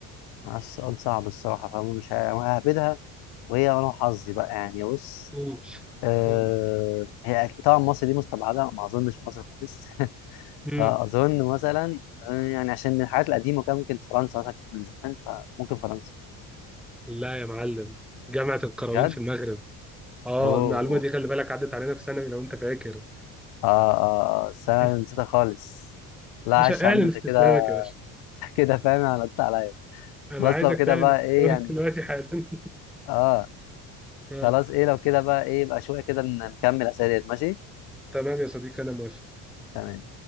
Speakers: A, on the left (about 85°); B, in the centre.
A: عارف، السؤال صعب الصراحة فمش ههبدها وهي أنا وحظي بقى يعني بص
B: اوف
A: آه،
B: اوف
A: هي أك- طبعا مصر دي مستبعده ما اظنش مصر خالص <laughs>
B: امم
A: فاظن مثلا آه، يعني عشان من الحاجات القديمه كان ممكن فرنسا مثلا كانت من زمان فممكن فرنسا
B: لا يا معلم جامعه القرويين
A: بجد
B: في المغرب اه
A: اوه
B: المعلومه دي خلي بالك عدت علينا في ثانوي لو انت فاكر
A: اه اه آه، بس انا
B: <laughs>
A: نسيتها خالص لا
B: باشا
A: عاش
B: اعلن
A: يا عم انت
B: استسلامك
A: كده
B: يا باشا
A: <laughs> كده فاهم غلطت عليا
B: انا
A: خلاص
B: عايزك
A: لو كده
B: تعلن
A: بقى
B: استسلامك
A: ايه يعني
B: دلوقتي حالا
A: اه
B: <laughs> آه.
A: خلاص ايه لو كده بقى ايه يبقى شويه كده ن- نكمل اسئله ماشي
B: تمام يا صديقي انا موافق
A: تمام